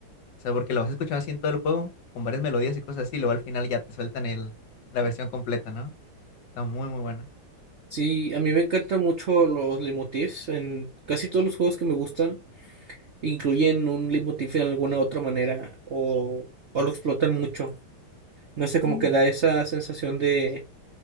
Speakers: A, on the left (about 65°); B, on the right (about 70°).
A: O sea, porque lo vas escuchando así en todo el juego, con varias melodías y cosas así, y luego al final ya te sueltan el, la versión completa, ¿no? Está muy, muy bueno.
B: sí, a mí me encantan mucho los leitmotifs. En casi todos los juegos que me gustan incluyen un leitmotiv en alguna otra manera o, o lo explotan mucho. No sé, como
A: Sí,
B: que da esa sensación de,